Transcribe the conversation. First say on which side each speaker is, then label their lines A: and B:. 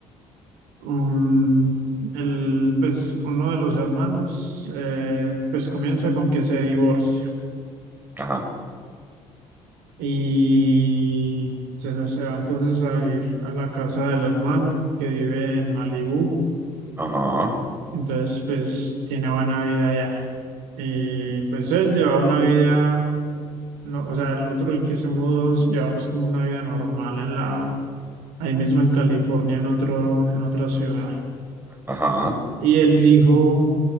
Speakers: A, on the right; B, on the right.
A: Um, el, pues uno de los hermanos eh, pues comienza con que se divorcia
B: ajá,
A: y se, se va entonces a ir a la casa del hermano que vive en Malibú.
B: ajá,
A: Entonces pues tiene buena vida allá. Y pues él lleva una vida No, o sea, el otro el que se mudó llevaba pues como una vida normal en la, ahí mismo en California, en otro, en otra ciudad.
B: ajá,
A: Y el hijo